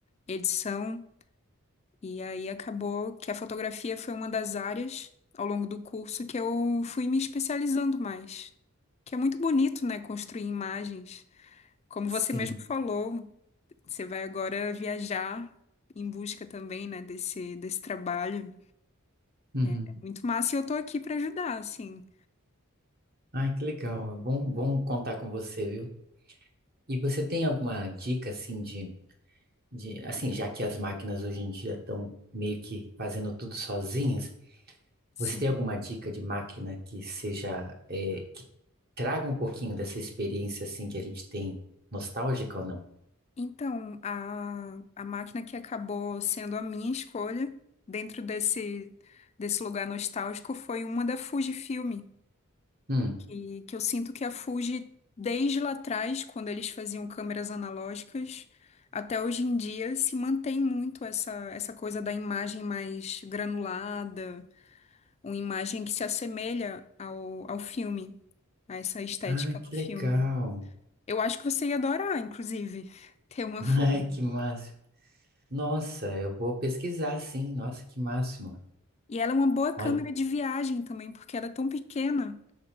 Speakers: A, on the left; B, on the right.
A: edição. E aí acabou que a fotografia foi uma das áreas ao longo do curso que eu fui me especializando mais. Que é muito bonito, né? Construir imagens. Como você
B: Sim.
A: mesmo falou, você vai agora viajar em busca também, né? Desse, desse trabalho.
B: Uhum.
A: é Muito massa, e eu tô aqui para ajudar, assim.
B: Ai, que legal. É bom, bom contar com você, viu? E você tem alguma dica assim de de, assim, já que as máquinas hoje em dia estão meio que fazendo tudo sozinhas,
A: Sim.
B: você tem alguma dica de máquina que seja, é, que traga um pouquinho dessa experiência assim que a gente tem, nostálgica ou não?
A: Então, a, a máquina que acabou sendo a minha escolha dentro desse, desse lugar nostálgico foi uma da Fujifilm,
B: Hum.
A: que, que eu sinto que a Fuji, desde lá atrás, quando eles faziam câmeras analógicas, até hoje em dia, se mantém muito essa, essa coisa da imagem mais granulada, uma imagem que se assemelha ao, ao filme, a essa estética
B: Ai, que
A: do filme.
B: legal.
A: Eu acho que você ia adorar, inclusive, <laughs> ter uma
B: <laughs> Ai,
A: Fuji.
B: que máximo. Nossa, eu vou pesquisar sim. Nossa, que máximo.
A: E ela é uma boa câmera
B: Olha.
A: de viagem também, porque ela é tão pequena.